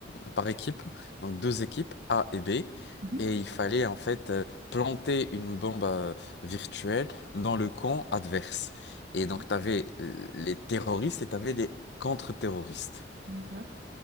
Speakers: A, on the left; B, on the right.
A: euh, par équipe, donc deux équipes A et B,
B: mhm.
A: et il fallait en fait euh, planter une bombe euh, virtuelle dans le camp adverse.
B: D'accord.
A: Et donc, tu avais euh, les terroristes et tu avais des contre-terroristes.
B: D'accord.